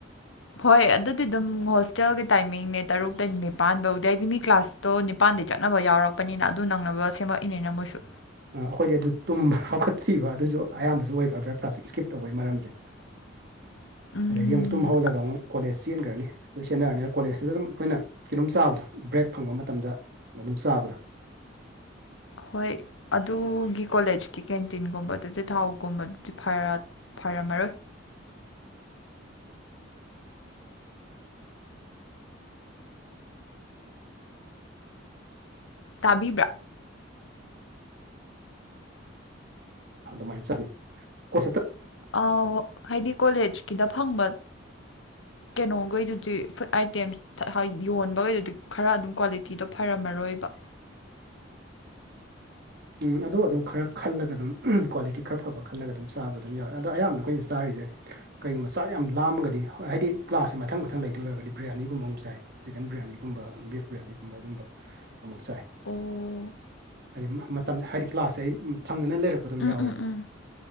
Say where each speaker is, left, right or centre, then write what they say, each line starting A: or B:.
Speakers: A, on the left (about 80°); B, on the right (about 55°).
A: ꯍꯣꯏ ꯑꯗꯨꯗꯤ ꯑꯗꯨꯝ ꯍꯣꯁꯇꯦꯜꯒꯤ ꯇꯥꯏꯃꯤꯡꯅꯦ ꯇꯔꯨꯛꯇꯩ ꯅꯤꯄꯥꯟꯕꯧꯗꯤ ꯍꯥꯏꯗꯤ ꯃꯤ ꯀ꯭ꯂꯥꯁ ꯇꯣ ꯅꯤꯄꯥꯟꯗꯩ ꯆꯠꯅꯕ ꯌꯥꯎꯔꯛꯄꯅꯤꯅ ꯑꯗꯨ ꯅꯪꯅꯕ ꯁꯦꯝꯃꯛꯏꯅꯤꯅ ꯃꯣꯏꯁꯨ
B: ꯑꯈꯣꯏꯗꯤ ꯑꯗꯨ ꯇꯨꯝꯕ ꯍꯧꯈꯠꯇ꯭ꯔꯤꯕ ꯑꯗꯨꯖꯨ ꯑꯌꯥꯝꯕꯖꯨ ꯑꯣꯏꯕ ꯕ꯭ꯔꯦꯛ ꯄ꯭ꯔꯥꯁ ꯀꯤ ꯏꯁꯀꯤꯞ ꯇꯧꯕꯩ ꯃꯔꯝꯖꯦ
A: <inaudible> ꯎꯝ
B: ꯑꯗꯒꯤ ꯑꯃꯨꯛ ꯇꯨꯝ ꯍꯧꯜꯂꯒ ꯑꯃꯨꯛ ꯀꯣꯂꯦꯁ ꯆꯦꯟꯒꯔꯥꯅꯤ ꯑꯗꯂꯣꯏ ꯆꯦꯟꯅꯔꯅꯤ ꯀꯣꯂꯦꯖꯁꯤꯗ ꯑꯗꯨꯝ ꯑꯩꯈꯣꯏꯅ ꯀꯩꯅꯣꯝ ꯑꯗꯨꯝ ꯆꯥꯕꯗꯣ ꯕ꯭ꯔꯦꯛ ꯐꯪꯕ ꯃꯇꯝꯗ ꯑꯗꯨꯝ ꯆꯥꯕꯗꯣ
A: ꯍꯣꯏ ꯑꯗꯨꯒꯤ ꯀꯣꯂꯦꯖꯀꯤ ꯀꯦꯟꯇꯤꯟꯒꯨꯝꯕ ꯑꯗꯨꯗꯤ ꯊꯥꯎꯒꯨꯝꯕꯗꯨꯗꯤ ꯐꯔ ꯐꯔꯝꯃꯔꯣꯏ ꯇꯥꯕꯤꯕ꯭ꯔꯥ
B: ꯑꯗꯨꯃꯥꯏꯅ ꯆꯠꯒꯦ ꯀꯣꯏ ꯁ
A: ꯑꯥꯎ ꯍꯥꯏꯗꯤ ꯀꯣꯂꯦꯁꯀꯤꯗ ꯐꯪꯕ ꯀꯦꯩꯅꯣꯈꯩꯗꯨꯗꯤ ꯐꯨꯗ ꯑꯥꯏꯇꯦꯝꯁ ꯌꯣꯟꯕꯈꯩꯗꯨꯗꯤ ꯈꯔ ꯑꯗꯨꯝ ꯀ꯭ꯋꯥꯂꯤꯇꯤꯗꯣ ꯐꯔꯝꯃꯔꯣꯏꯕ
B: ꯎꯝ ꯑꯗꯣ ꯑꯗꯨꯝ ꯈꯔ ꯈꯜꯂꯒ ꯑꯗꯨꯝ ꯑꯝ ꯀ꯭ꯋꯥꯂꯤꯇꯤ ꯈꯔ ꯐꯕ ꯈꯜꯂꯒ ꯑꯗꯨꯝ ꯆꯥꯕ ꯑꯗꯨꯝ ꯌꯥꯔ ꯑꯗꯣ ꯑꯌꯥꯝꯕꯅ ꯑꯈꯣꯏꯅ ꯆꯥꯔꯤꯖꯦ ꯀꯩꯒꯨꯝꯕ ꯆꯥꯛ ꯌꯥꯝ ꯂꯥꯝꯃꯒꯗꯤ ꯍꯣꯏ ꯍꯥꯏꯗꯤ ꯀ꯭ꯂꯥꯁꯁꯦ ꯃꯊꯪ ꯃꯊꯪ ꯂꯩꯇꯣꯏ ꯑꯣꯏꯔꯒꯗꯤ ꯕ꯭ꯔꯤꯌꯥꯅꯤꯒꯨꯝꯕ ꯑꯃꯨꯛ ꯆꯥꯏ ꯆꯤꯛꯀꯟ ꯕꯤꯔꯌꯥꯅꯤꯒꯨꯝꯕ ꯕꯤꯐ ꯕꯤꯔꯌꯥꯅꯤꯒꯨꯝꯕ ꯑꯗꯨꯝꯕ ꯑꯃꯨꯛ ꯆꯥꯏ
A: ꯑꯣ
B: ꯍꯥꯏꯗꯤ ꯃ ꯃꯇꯝꯖꯦ ꯍꯥꯏꯗꯤ ꯀ꯭ꯂꯥꯁꯁꯦ ꯑꯝ ꯊꯪꯅꯅ ꯂꯩꯔꯛ ꯑꯗꯨꯝ
A: ꯎꯝ
B: ꯌꯥꯎꯋꯦꯕ
A: ꯎꯝ ꯎꯝ